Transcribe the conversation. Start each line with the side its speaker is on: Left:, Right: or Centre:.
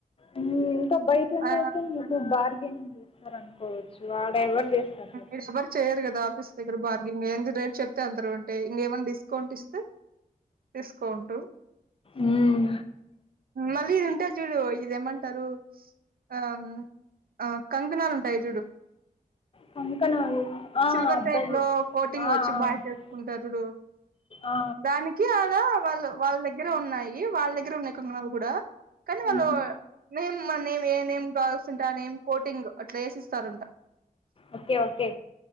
Left: ఉమ్ ఇంకా బయటోల్లయితే
Right: ఆ
Left: నీకు బార్గెనింగ్ చేస్తా రు అనుకోవచ్చు ఆడ ఎవరు చేస్తారు చెప్పు
Right: ఇది ఎవరు చేయరు కదా ఆఫీస్ దగ్గర బార్గెంగ్ ఎంత రేట్ చెప్తే అంత రేటే ఇకమన్నా డిస్కౌంట్ ఇస్తే డిస్కౌంటు
Left: మ్మ్.
Right: మళ్ళీ ఇది ఉంటాది చూడు ఇదేమంటారు ఆ ఆ కంకనాలు ఉంటాయి చూడు
Left: కంకణాలు ఆ,
Right: సిల్వర్
Left: అబ్బాయిలు
Right: టైప్ లో కోటింగ్
Left: ఆ, ఆ,
Right: వచ్చి బాయ్స్ వేసుకుంటారు చూడు
Left: ఆ.
Right: దానికి ఆడ వాళ్ళు వాళ్ళ దగ్గరే ఉన్నాయి వాళ్ళ దగ్గర ఉన్నాయి కొంకనాలు కూడా కానీ వాళ్ళు
Left: మ్మ్.
Right: నేమ్ మన ఏం నేమ్ కాల్స్తుంట ఏం కోటింగ్ అట్లా వేసి ఇస్తారంట
Left: ఓకే ఓకే